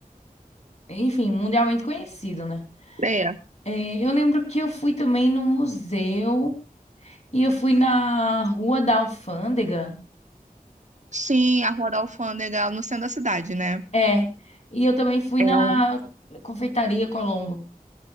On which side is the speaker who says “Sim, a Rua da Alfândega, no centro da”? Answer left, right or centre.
Right